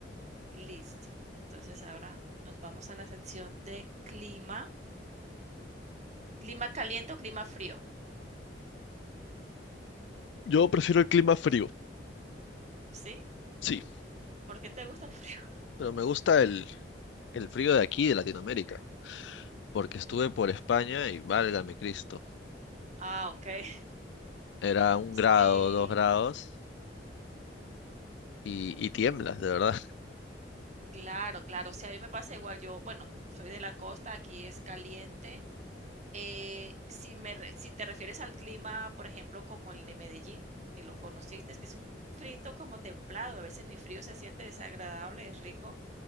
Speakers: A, on the right; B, on the left.
A: listo. Entonces ahora nos vamos a la sección de clima, ¿clima caliente o clima frío?
B: Yo prefiero el clima frío.
A: ¿Sí?
B: Sí.
A: ¿Por qué te gusta el frío?
B: Pero me gusta el, el frío de aquí, de Latinoamérica, porque estuve por España y válgame Cristo.
A: Ah, okey. <laughs>
B: Era un grado,
A: Sí,
B: dos grados y, y tiemblas, de verdad. <laughs>
A: claro, claro. Sí, a mí me pasa igual. Yo, bueno, soy de la costa, aquí es caliente. Eh, si me re si te refieres al clima, por ejemplo, como el de Medellín, que lo conociste, es que es un frito como templado, a veces ni frío se siente, desagradable, es rico,